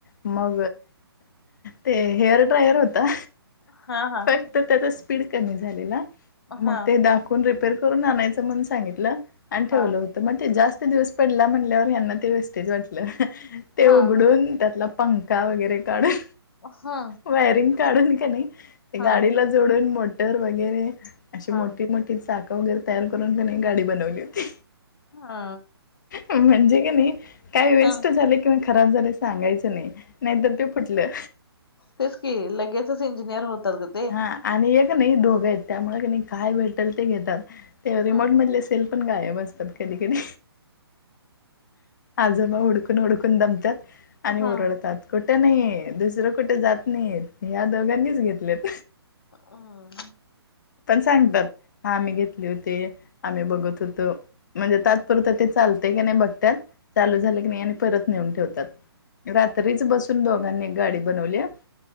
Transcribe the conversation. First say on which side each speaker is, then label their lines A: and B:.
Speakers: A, on the left; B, on the left.
A: म ड्रायर होता
B: हा हा
A: त्या स्पीड क झाली
B: हा
A: मग दावून रप करून आणायच म सांगितलं आणि ठेवलं
B: हा
A: होत मग ते जास्त दिवस पडला म्हटल्यावर हना ते वेस्टेज वाटलं ते
B: हा
A: उघडून त्यातला पंखा वगैरे काढून
B: हा
A: वायरिंग काढून का नाही
B: हा
A: गाडीला जोडून मोटर वगैरे अशी
B: हा
A: मोठी मोठी चाख वगैरे तयार करून त्यां गाडी बनवली होती
B: हा
A: म्हणजे क नाही काय वेस्ट
B: हा
A: झालं किंवा खराब झाले सांगायचं नाही नाहीतर ते फुटलं
B: तेच की लगेच च इंजिनियर होतात ग ते
A: हा आणि एक नाही दोघं आहेत त्यामुळे कने काय भेटल ते घेतात ते रिमोट
B: हा
A: मधले सेल पण गायब असतात कधी कधी आजोबा हुड हुड कून हुडकून दमतात
B: हा
A: आणि ओरडतात कुठे नाही
B: हम्म
A: दुसरं को कुठ जात नाहीत या दोघांनीच घेतलेत.
B: <inaudible>
A: पण सांगतात हा आम्ही घेतले होते आम्ही बघत होतो. म्हणजे तात्पुरत ते चालतय की नाही बघत्यात चालू झाले की नाही आणि परत नेऊन ठेवतात. रात्रीच बसून दोघांनी गाडी बनवल्या